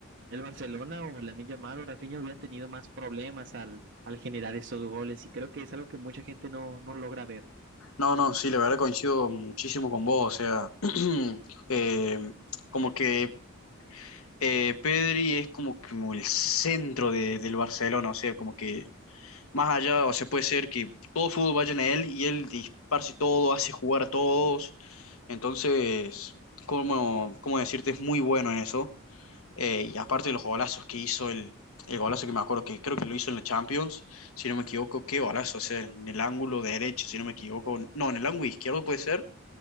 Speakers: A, on the right (about 55°); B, on the left (about 80°).
A: el Barcelona o Lamine Yamal o Rafinha hubieran tenido más problemas al, al generar esos goles, y creo que es algo que mucha gente no, no logra ver.
B: No, no, sí, la verdad coincido muchísimo con vos. O sea, <clears throat> eh, como que eh, Pedri es como, que como el centro de- del Barcelona. O sea, como que más allá, o sea, puede ser que todo fútbol vaya en él y él disparce todo, hace jugar a todos. Entonces, ¿cómo, cómo decirte? Es muy bueno en eso. Eh, y aparte de los golazos que hizo, el, el golazo que me acuerdo que creo que lo hizo en la Champions, si no me equivoco, qué golazo, o sea, en el ángulo derecho, si no me equivoco, no, en el ángulo izquierdo puede ser,